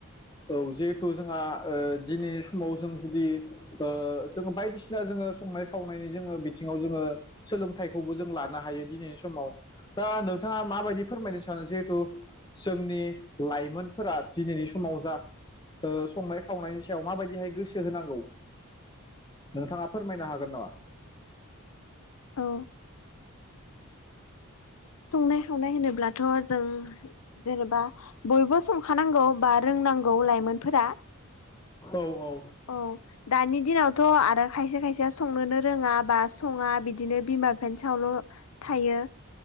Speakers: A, on the left; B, on the left.
A: औ जिहेथु जोंहा दिनै समाव जों जुदि। ओ जोखो फाइफ‌ सिथार जोंङो संनाय खावनायनि जोङो बिथिङाव जोङो। सोलोंथाइखौबो जों लानो हायो दिनैनि समाव। दा नोंथाङा माबायदि फोरमायनो सानो जिहेथु। जोंनि लाइमोनफोरा दिनैनि समाव जा। ओ संनाय खावनायनि सायाव माबायदिहाय गोसो होनांगौ नोंथाङा फोरमायनो हागोन नामा?
B: औ। संनाय खावनाय होनोब्लाथ' जों जेनेबा बयबो संखानांगौ बा। रोंनांगौ लाइमोनफोरा।
A: औ औ।
B: औ दानि दिनावथ' आरो खायसे खायसे संनोनो रोङा बा सङा बिदिनो बिमा। पेन्सआवल' थायो